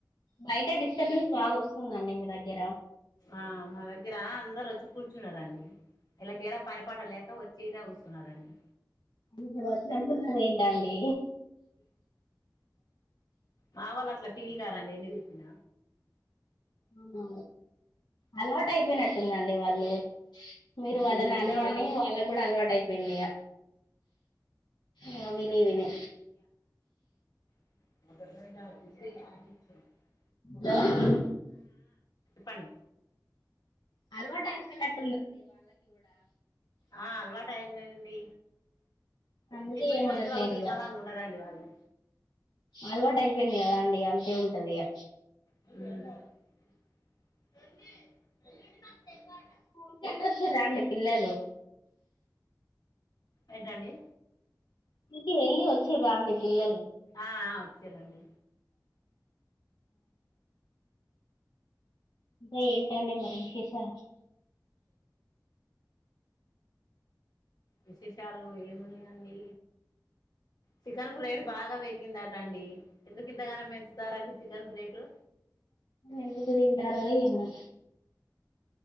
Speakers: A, on the left; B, on the left.
A: బయట డిస్టర్బెన్స్ బాగా వస్తుందండి మీ దగ్గర
B: ఆ మా దగ్గర అందరు వచ్చి కూర్చున్నరండి ఇళ్ళకేడ పని పాట లేక వచ్చిన్నే కుస్ నా రండి
A: ఓహ్ అట్లఅంటున్నది ఏంట అండి
B: మా వాళ్ళు అట్లా ఫీల్ కారండి ఎన్ని తిట్టిన
A: అవునా అలవాటు అయిపోయినట్టుందండి వాళ్ళు మీరు వాళ్ళ
B: నేను తిడితే
A: నాని
B: వాళ్ళకు
A: అని వాళ్ళ కూడా అలవాటు అయి హెల్దీగ మా విని విని
B: అ <inaudible>
A: హలో
B: పని
A: అల్వటైప్ ల
B: ఆ అల్వటయినేన్ టీ
A: అందుకే
B: తిట్లు
A: ఏమనట్లేరు
B: తినంది వాళ్ళకు నిమ్మలంగఉండరండి
A: ఇగ
B: వాళ్ళు
A: అలవాటు అయిపోయింది కదా అండి అంతే ఉంటది ఇగ
B: <inaudible>
A: స్కూల్కెల్లొచ్చిరండి పిల్లలు
B: ఏంటండి
A: స్కూల్ కి వెళ్ళి వచ్చిర్రా అండి పిల్లలు
B: ఆ వచ్చారండి
A: ఏంటండి మరి విసేషిన
B: విశేషాలు ఏమిన్నాయండి చికెన్ కు రేటు బాగా పెరిగిందాట అండి ఎందుకు ఇంతగానో పెంచుతారండి చికెన్ కు రేటు
A: ఎందుకు తింటారొ ఎమె